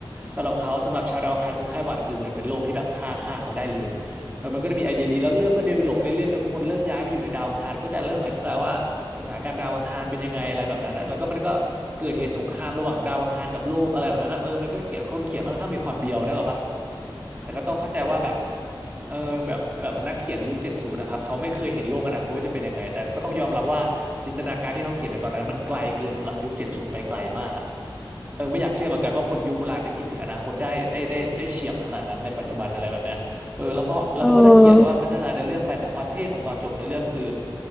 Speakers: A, on the right; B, in the centre.
A: สำหรับเขาสำหรับชาวดาวอังคารคือไข้หวัดคือเหมือนเป็นโรคที่แบบฆ่าฆ่าเขาได้เลยเออมันก็จะมีไอเดียดีแล้วเรื่องก็เดเวลลอปเรื่อยๆจนคนเริ่มย้ายไปอยู่ในดาวอังคารมันก็จะเริ่มอธิบายว่าสถานการณ์ดาวอังคารเป็นยังไงอะไรแบบนั้นนะแล้วก็มันก็เกิดเหตุสงครามระหว่างดาวอังคารกับโลกอะไรแบบนั้นนะเออมันก็เขียนค่อนเขียนค่อนข้างมีความเบียวเนกอะปะ แต่ก็ต้องเข้าใจว่าแบบเออแบบแบบนักเขียนในยุคเจ็ดศูนย์นะครับเขาไม่เคยเห็นโลกอนาคตว่าจะเป็นยังไงแต่ก็ต้องยอมรับว่าจินตนาการที่เขาเขียนในตอนนั้นมันไกลเกินสำหรับยุคเจ็ดศูนย์ไปไกลมากอ่ะเออไม่อยากเชื่อเหมือนกันว่าคนยุคโบราณจะคิดถึงอนาคตได้ได้ได้ได้เฉียบขนาดนั้นในปัจจุบันอะไรแบบเนี้ย เออแล้วพอแล้วมันก็จะเขียนว่าพัฒนาในอเรื่องไปแต่ความเท่ของตอนจบในอเรื่องคือ
B: เออ